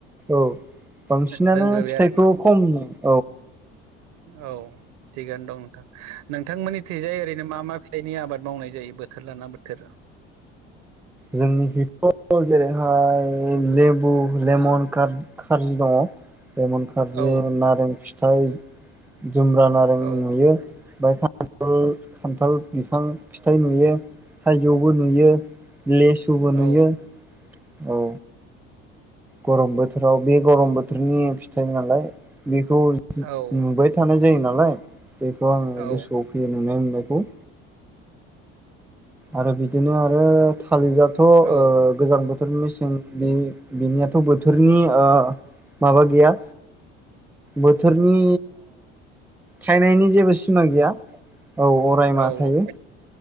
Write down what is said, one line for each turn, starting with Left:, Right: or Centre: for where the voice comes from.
Centre: औ बांसिनानो
Right: दोनग्रोबाय
Centre: फिथाइखौ
Right: आरोना
Centre: खमनो
Right: औ थिगानो दं नोंथां नोंथांमोननि थिंजाय ओरै बिदिनो मा मा फिथाइनि आबाद मावनाय जायो बोथोर लाना बोथोर
Centre: जोंनि थिंथ' जेरैहाय लेबु लमन खारजि दङ लेमन खार्जि
Right: औ
Centre: नारें फिथ फथाय जुम्रा नारें
Right: औ
Centre: नुयो ओमफ्राय खान्थाल बिफां फिथाइ नुयो थाइजौबो नुयो लेसुबो नुयो
Right: औ
Centre: औ गरम बोथोराव बे गरम बोथोरनि फिथाइ नालाय बे बेखौ
Right: औ
Centre: नुबाय थानाय जायो नालाय बेखौ आङो
Right: औ
Centre: गोसोआव फैयो नुनाय मोनुनाय औ आरो बिदिनो आरो थालिरआथ'
Right: औ
Centre: गोजां बोथोर मेसें बिनियाथ' बोथोरनि माबा गैया बोथोरनि थायनायनि जेबो सिमा गैया औ अराय
Right: औ
Centre: मा थायो